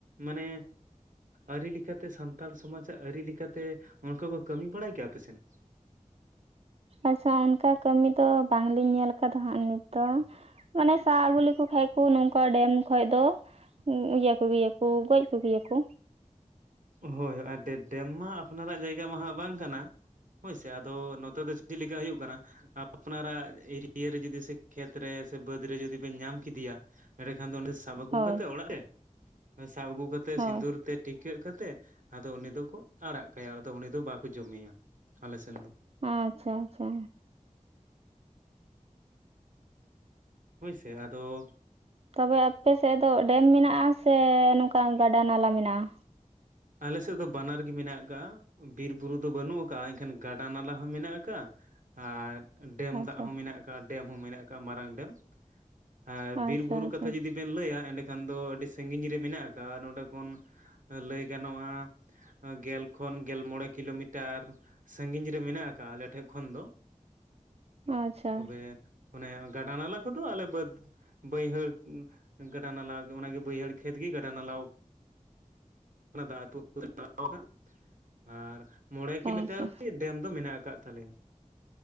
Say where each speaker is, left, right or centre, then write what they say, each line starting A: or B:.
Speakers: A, on the right (about 75°); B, on the right (about 50°).
A: ᱢᱟᱱᱮ ᱟᱹᱨᱤ ᱞᱮᱠᱟᱛᱮ ᱥᱟᱱᱛᱟᱲ ᱥᱚᱢᱟᱡᱟᱜ ᱟᱹᱨᱤ ᱞᱮᱠᱟᱛᱮ ᱚᱝᱠᱟ ᱠᱚ ᱠᱟᱹᱢᱤ ᱵᱟᱲᱟᱭ ᱜᱮᱭᱟ ᱟᱯᱮ ᱥᱮᱱ?
B: ᱟᱪᱪᱷᱟ ᱚᱱᱠᱟ ᱠᱟᱹᱢᱤ ᱫᱚ ᱵᱟᱝᱞᱤᱧ ᱧᱮᱞ ᱠᱟᱫᱟ ᱦᱟᱸᱜ ᱱᱤᱛ ᱫᱚ᱾ ᱢᱟᱱᱮ ᱥᱟᱵ ᱟᱹᱜᱩ ᱞᱮᱠᱚ ᱠᱷᱟᱡ ᱠᱚ ᱱᱚᱝᱠᱟ ᱰᱮᱢ ᱠᱷᱚᱡ ᱫᱚ, ᱤᱭᱟᱹᱠᱚ ᱜᱮᱭᱟ ᱠᱚ ᱜᱚᱡᱽ ᱠᱚ ᱜᱤᱭᱟ ᱠᱚ᱾
A: ᱦᱳᱭ ᱦᱳᱭ ᱟᱨ ᱰᱮᱢ ᱢᱟ ᱟᱯᱱᱟᱨᱟᱜ ᱡᱟᱭᱜᱟ ᱢᱟ ᱦᱟᱸᱜ ᱵᱟᱝ ᱠᱟᱱᱟ, ᱦᱳᱭ ᱥᱮ ᱟᱫᱚ ᱱᱚᱛᱮ ᱫᱚ ᱡᱮᱞᱮᱠᱟ ᱦᱩᱭᱩᱜ ᱠᱟᱱᱟ? ᱟᱯᱱᱟᱨᱟᱜ ᱮᱨᱤᱭᱟ ᱨᱮ ᱡᱩᱫᱤ ᱥᱮ ᱠᱷᱮᱛ ᱨᱮ ᱥᱮ ᱵᱟᱹᱫᱽ ᱨᱮ ᱡᱩᱫᱤ ᱵᱮᱱ ᱧᱟᱢ ᱠᱮᱫᱮᱭᱟ, ᱮᱸᱰᱮᱠᱷᱟᱱ ᱫᱚ ᱚᱸᱰᱮ ᱥᱟᱵ ᱟᱹᱜᱩ
B: ᱦᱳᱭ
A: ᱠᱟᱛᱮᱜ ᱚᱲᱟᱜ ᱨᱮ ᱥᱟᱵ ᱟᱹᱜᱩ ᱠᱟᱛᱮᱜ
B: ᱦᱳᱭ
A: ᱥᱤᱸᱫᱩᱨ ᱛᱮ ᱴᱤᱠᱟᱹᱜ ᱠᱟᱛᱮ, ᱛᱮ ᱟᱫᱚ ᱩᱱᱤ ᱫᱚᱠᱚ ᱟᱲᱟᱜ ᱠᱟᱭᱟ᱾ ᱟᱫᱚ ᱩᱱᱤ ᱫᱚ ᱵᱟᱠᱚ ᱡᱚᱢᱮᱭᱟ ᱟᱞᱮ ᱥᱮᱱ ᱫᱚ᱾
B: ᱟᱪᱪᱷᱟ ᱟᱪᱪᱷᱟ᱾
A: ᱦᱳᱭ ᱥᱮ ᱟᱫᱚ
B: ᱛᱚᱵᱮ ᱟᱯᱮ ᱥᱮᱫ ᱫᱚ ᱰᱮᱢ ᱢᱮᱱᱟᱜᱼᱟ, ᱥᱮ ᱱᱚᱝᱠᱟ ᱜᱟᱰᱟ, ᱱᱟᱞᱟ ᱢᱮᱱᱟᱜᱼᱟ?
A: ᱟᱞᱮ ᱥᱮᱫ ᱫᱚ ᱵᱟᱱᱟᱨ ᱜᱮ ᱢᱮᱱᱟᱜ ᱟᱠᱟᱫᱼᱟ, ᱵᱤᱨ ᱵᱩᱨᱩ ᱫᱚ ᱵᱟᱹᱱᱩᱜ ᱟᱠᱟᱫᱼᱟ, ᱮᱱᱠᱷᱟᱱ ᱜᱟᱰᱟ, ᱱᱟᱞᱟ ᱦᱚᱸ ᱢᱮᱱᱟᱜ ᱟᱠᱟᱜᱼᱟ ᱟᱨ ᱰᱮᱢ
B: ᱟᱪᱪᱷᱟ
A: ᱫᱟᱜ ᱦᱚᱸ ᱢᱮᱱᱟᱜ ᱟᱨ ᱰᱮᱢ ᱦᱚᱸ ᱢᱮᱱᱟᱜ ᱟᱠᱟᱫᱼᱟ ᱢᱟᱨᱟᱝ ᱰᱮᱢ, ᱟᱨ ᱵᱤᱨ
B: ᱟᱪᱪᱷᱟ
A: ᱵᱩᱨᱩ
B: ᱟᱪᱪᱷᱟ
A: ᱠᱟᱛᱷᱟ ᱡᱩᱫᱤ ᱵᱮᱱ ᱞᱟᱹᱭᱟ ᱮᱸᱰᱮᱠᱷᱟᱱ ᱫᱚ ᱟᱹᱰᱤ ᱥᱟᱺᱜᱤᱧ ᱨᱮ ᱢᱮᱱᱟᱜ ᱟᱠᱟᱜᱼᱟ, ᱱᱚᱸᱰᱮ ᱠᱷᱚᱱ ᱞᱟᱹᱭ ᱜᱟᱱᱚᱜᱼᱟ ᱜᱮᱞ ᱠᱷᱚᱱ ᱜᱮᱞ ᱢᱚᱬᱮ ᱠᱤᱞᱳᱢᱤᱴᱟᱨ᱾ ᱥᱟᱺᱜᱤᱧ ᱨᱮ ᱢᱮᱱᱟᱜ ᱟᱠᱟᱫᱼᱟ ᱟᱞᱮ ᱴᱷᱮᱱ ᱠᱷᱚᱱ ᱫᱚ,
B: ᱟᱪᱪᱷᱟ
A: ᱛᱚᱵᱮ ᱚᱱᱮ ᱜᱟᱰᱟ ᱱᱟᱞᱟ ᱠᱚᱫᱚ ᱟᱞᱮ ᱵᱟᱹᱫᱽ ᱵᱟᱹᱭᱦᱟᱹᱲ ᱜᱟᱰᱟ ᱱᱟᱞᱟ ᱚᱱᱟᱜᱮ ᱵᱟᱹᱭᱦᱟᱹᱲ ᱠᱷᱮᱛ ᱜᱮ ᱜᱟᱰᱟ ᱱᱟᱞᱟᱣ ᱚᱱᱟ ᱫᱟᱜ ᱟᱹᱛᱩ <unintelligible> ᱟᱨ ᱢᱚᱬᱮ ᱠᱤᱞᱳᱢᱤᱴᱟᱨ
B: ᱟᱪᱪᱷᱟ ᱟᱪᱪᱷᱟ
A: ᱰᱮᱢ ᱫᱚ ᱢᱮᱱᱟᱜ ᱟᱠᱟᱫ ᱛᱟᱞᱮᱭᱟ᱾